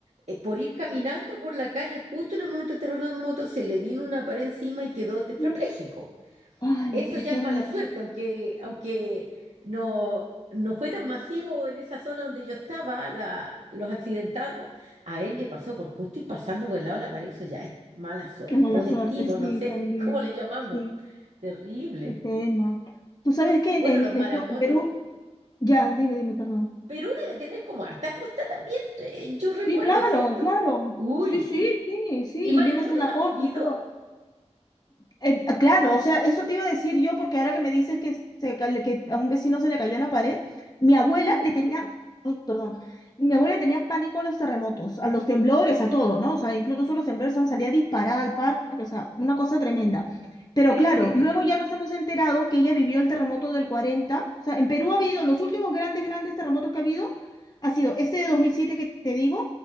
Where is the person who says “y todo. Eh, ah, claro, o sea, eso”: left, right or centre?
Left